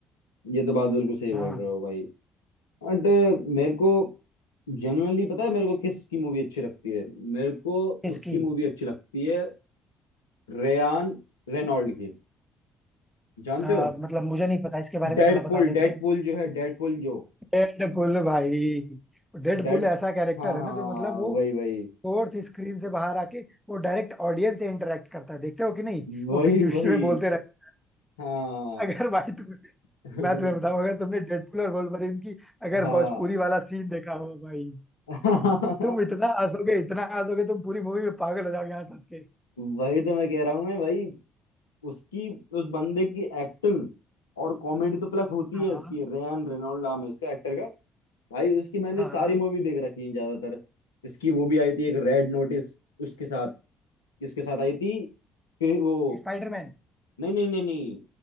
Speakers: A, on the left; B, in the centre.
A: ये तो बात बिल्कुल सही
B: हाँ
A: बोल रहे हो भाई बट मेरे को जनरली पता है मेरे को किसकी मूवी अच्छी लगती है मेरे को
B: इसकी
A: उसकी मूवी अच्छी लगती है रेयान रेनॉल्ड की जानते
B: आ,
A: हो
B: मतलब मुझे नहीं पता इसके बारे
A: डेडपुल
B: में थोड़ा बता देते
A: डेडपुल जो है डेडपुल जो
B: डेडपुल भाई डेडपुल
A: डेड
B: ऐसा कैरेक्टर
A: हाँ हाँ
B: है ना जो मतलब वो
A: वही वही
B: फोर्थ स्क्रीन से बाहर आके वो डायरेक्ट ऑडियंस से इंटरेक्ट करता है देखते हो कि नहीं
A: वही
B: वो बीच बीच
A: वही
B: में बोलते रहते
A: हाँ
B: अगर भाई तुम
A: <laughs>
B: मैं तुम्हें बताऊं अगर तुमने डेडपुल और वोल्वरिन की अगर
A: हाँ
B: भोजपुरी वाला सीन देखा हो भाई
A: <laughs>
B: तुम इतना हंसोगे इतना हंसोगे तुम पूरी मूवी में पागल हो जाओगे यहाँ हंस के
A: वही तो मैं कह रहा हूँ मैं भाई उसकी उस बंदे की एक्टिंग और कॉमेडी तो प्लस होती
B: हाँ
A: है इसकी रेयान रेनॉल्ड नाम है उसका एक्टर का भाई उसकी मैंने
B: हाँ
A: सारी
B: हाँ
A: मूवी देख रखी है ज्यादातर इसकी वो भी आई थी एक रेड नोटिस उसके साथ इसके साथ आई थी फिर वो
B: स्पाइडरमैन
A: नहीं नहीं नहीं नहीं